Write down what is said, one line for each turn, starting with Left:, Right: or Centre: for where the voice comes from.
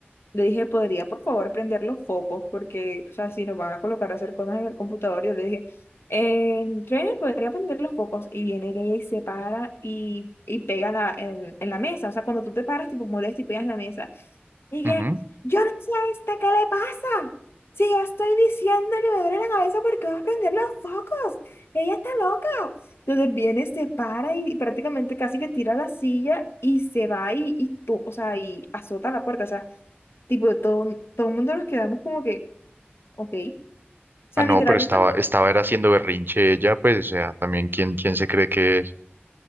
Left: le dije, ¿podría por favor prender los focos? Porque, o sea, si nos van a colocar a hacer cosas en el computador, yo le dije, eh, trainer, ¿podría prender los focos? Y viene ella y se para y, y pega la, en, en la mesa. O sea, cuando tú te paras, tipo molesta y pegas la mesa. Y
Right: ujú.
Left: que, yo no sé a esta, ¿qué le pasa? Si yo estoy diciendo que me duele la cabeza porque va a prender los focos. Ella está loca. Entonces viene, se para y prácticamente casi que tira la silla y se va y, y to- o sea, y azota la puerta. O sea, tipo, todo, un- todo el mundo nos quedamos como que, ok. O sea,
Right: Ah, no,
Left: literalmente
Right: pero estaba,
Left: fue,
Right: estaba
Left: o
Right: era haciendo berrinche ella, pues, o sea, también quién, quién se cree que es.